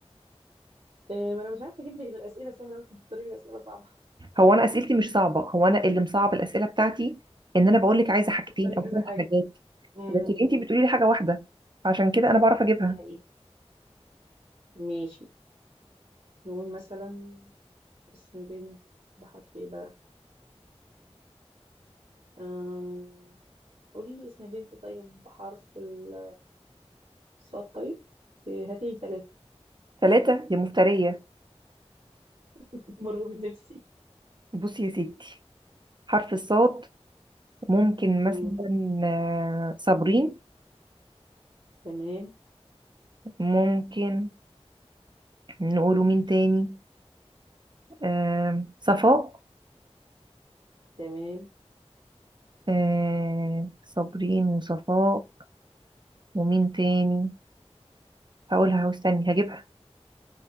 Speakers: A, on the right; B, on the right.
A: آه ما انا مش عارفه اجيب لك غير اسئله سهله وانت بتختاري لي اسئله صعبه
B: هو أنا أسئلتي مش صعبة هو أنا اللي مصعب الأسئلة بتاعتي إن أنا بقول لك عايزة حاجتين
A: تختاري
B: أو
A: كذا
B: ثلاث
A: حاجه
B: حاجات
A: امم
B: لكن انت بتقولي لي حاجة واحدة عشان كده أنا بعرف أجيبها
A: دي حقيقة ماشي نقول مثلا اسم بنت بحرف ايه بقى آه... قولي لي اسم بنت طيب بحرف ال- الصاد طيب آه، هاتي ثلاثة
B: ثلاثة يا مفترية
A: <laughs> مر بنفسي
B: بصي يا ستي حرف الصاد ممكن
A: مم.
B: مثلا آه، صابرين
A: تمام
B: ممكن نقوله مين تاني آم، صفاء
A: تمام
B: آه صابرين وصفاء ومين تاني هقولها واستني هجيبها